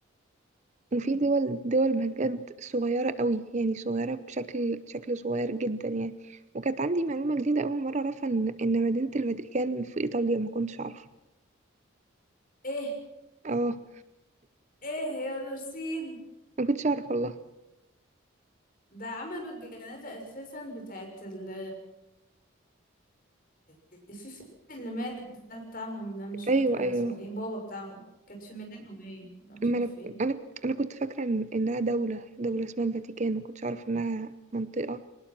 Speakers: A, on the right; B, on the left.
A: وفي دول دول بجد صغيرة قوي يعني صغيرة بشكل شكل صغير جدا يعني وكانت عندي معلومة جديدة أول مرة أعرفها إن إن مدينة الفاتيكان في إيطاليا ما كنتش أعرفها
B: ايه
A: اه <laughs>
B: ايه يا نورسين
A: ما كنتش أعرف والله
B: ده عملوا الجنازة اساسا بتاعت ال في في اللي مات ده بتاعهم ده مش
A: أيوه
B: فاكرة
A: أيوه
B: اسمه ايه بابا بتاعهم كانت في ميلانو باين ده مش
A: ما
B: عارفة
A: أنا
B: فين
A: أنا أنا كنت فاكرة إن إنها دولة دولة اسمها الفاتيكان ما كنتش أعرف إنها منطقة